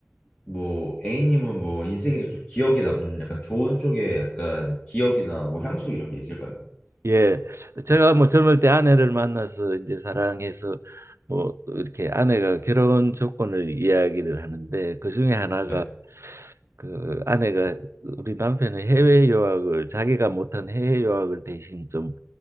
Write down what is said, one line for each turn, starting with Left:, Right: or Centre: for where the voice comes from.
Left: 뭐 A님은 뭐 인생에서 좀 기억에 남는 약간 좋은 쪽에 약간 기억이나 뭐 향수 이런 게 있을까요?
Right: 예, 제가 뭐 젊을 때 아내를 만나서 이제 사랑해서 뭐 이렇게 아내가 결혼 조건을 이야기를 하는데 그 중에 하나가
Left: 네,
Right: 그 아내가 우리 남편의 해외 유학을 자기가 못한 해외 유학을 대신 좀